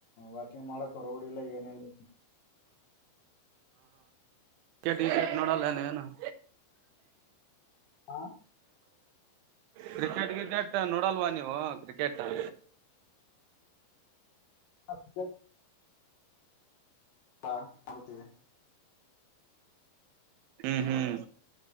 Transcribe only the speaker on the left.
ವಾಕಿಂಗ್ ಮಾಡಕ್ಕ ರೋಡ್ ಇಲ್ಲ ಏನಿಲ್ಲ
ಹಾ
ಹ ಹಾ ನೋಡ್ತೀವಿ